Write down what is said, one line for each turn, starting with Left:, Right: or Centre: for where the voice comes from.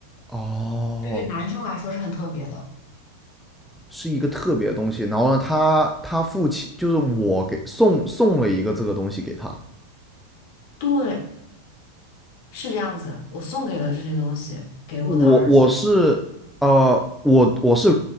Centre: 哦，
Left: 对于男生来说是很特别的，
Centre: 是一个特别的东西。然后呢，他他父亲就是我给送送了一个这个东西给他。
Left: 对，是这样子。我送给了这些东西给我的儿子，
Centre: 我我是呃，我我是